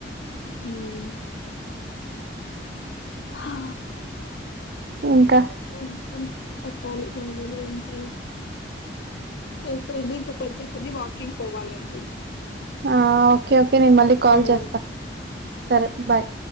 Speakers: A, on the left (about 70°); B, on the right (about 55°).
A: మ్మ్ హా
B: ఇంక
A: అన్ అన్ చెప్పాలి అన్గులే అంతే అయిపొయింది ఇంక కొంచేపుండి వాకింగ్ పోవాలి అంతే
B: ఆ ఓకే ఓకే నేను మళ్ళీ కాల్
A: ఉమ్
B: చేస్తా సరే బాయ్